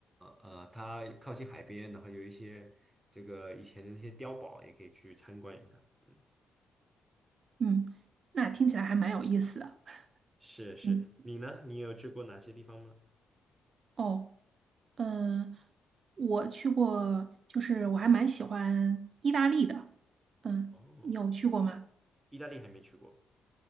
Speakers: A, on the right (about 15°); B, on the right (about 55°).
A: 呃，它靠近海边，然后有一些这个以前的那些碉堡也可以去参观一下。嗯，
B: 嗯，那听起来还蛮有意思的。
A: 是是。
B: 嗯，
A: 你呢？你有去过哪些地方吗？
B: 哦。嗯，呃我去过，就是我还蛮喜欢意大利的。嗯，
A: 哦，
B: 你有去过吗？
A: 意大利还没去过。